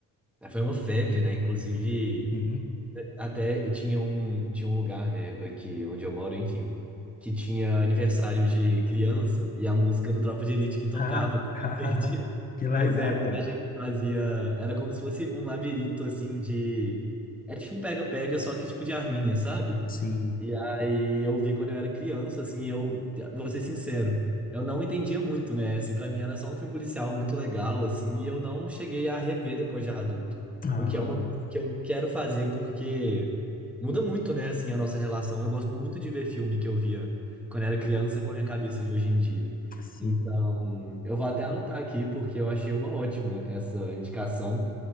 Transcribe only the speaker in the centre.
eh, foi uma febre, né? Inclusive.
Até tinha um, tinha um lugar, né, aqui onde eu moro, enfim, que tinha aniversário de criança e a música do Tropa de Elite que tocava
quando
a gente. <laughs>
Pois é, quando
a gente fazia. Era como se fosse um labirinto, assim, de. É tipo um pega-pega, só que tipo de arminha, sabe?
E aí eu vi quando eu era criança, assim, eu vou ser sincero, eu não entendia muito, né? Assim, pra mim era só um filme policial muito legal, assim, e eu não cheguei a rever depois de adulto.
O que é uma coisa que eu quero fazer porque muda muito, né, assim, a nossa relação. Eu gosto muito de ver filme que eu via quando era criança com a minha cabeça de hoje em dia.
Então, eu vou até anotar aqui porque eu achei uma ótima essa indicação.